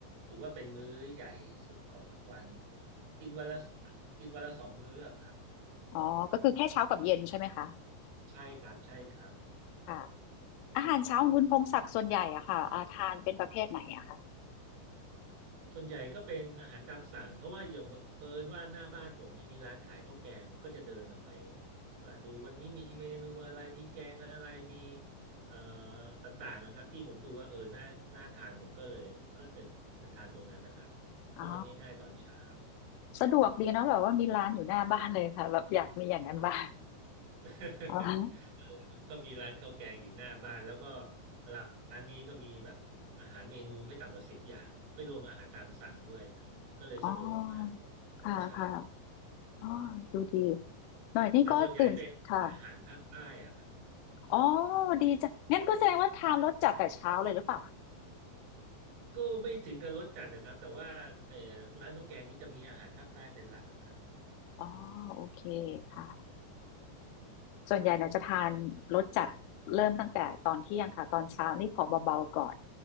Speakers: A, on the right; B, on the left.
A: ถือว่าเป็นมื้อใหญ่สุดของวันกินวันละกินวันละสองมื้ออะครับ
B: อ๋อก็คือแค่เช้ากับเย็นใช่ไหมคะ
A: ใช่ครับใช่ครับ
B: ค่ะอาหารเช้าของคุณพงศักดิ์ส่วนใหญ่อะค่ะอ่าทานเป็นประเภทไหนอะคะ
A: ส่วนใหญ่ก็เป็นอาหารตามสั่งเพราะว่าอย่างเผอิญว่าหน้าบ้านผมเนี่ยมีร้านขายข้าวแกงผมก็จะเดินออกไปว่าดูวันนี้มีเมนูอะไรมีแกงอะไรมีเอ่อต่างๆนะครับที่ผมดูว่าเออน่าน่าทานผมก็เลยก็จะจะทานตรงนั้นนะครับเพราะมันง่ายๆตอนเช้า
B: อ๋อสะดวกดีเนาะแบบว่ามีร้านอยู่หน้าบ้านเลยค่ะแบบอยากมีอย่างนั้นบ้าง
A: <laughs>
B: อ๋อ
A: เออก็มีร้านข้าวแกงอยู่หน้าบ้านแล้วก็ร้านนี้ก็มีแบบอาหารเมนูไม่ต่ำกว่าสิบอย่างไม่รวมอาหารตามสั่งด้วยก็เลยสะดวกมาก
B: อ๋อค่ะค่ะ
A: ตอนเช้า
B: อ๋อดูดีหน่อยนี่ก็ตื่นค่ะ
A: แต่ส่วนใหญ่เป็นอาหารภาคใต้อะครับ
B: อ๋อดีจ้ะงั้นก็แสดงว่าทานรสจัดแต่เช้าเลยหรือเปล่า
A: ก็ไม่ถึงกับรสจัดนะครับแต่ว่าเออร้านข้าวแกงนี้จะมีอาหารภาคใต้เป็นหลักอะครับ
B: อ๋อโอเคค่ะส่วนใหญ่เราจะทานรสจัดเริ่มตั้งแต่ตอนเที่ยงค่ะตอนเช้านี่ขอเบาๆก่อน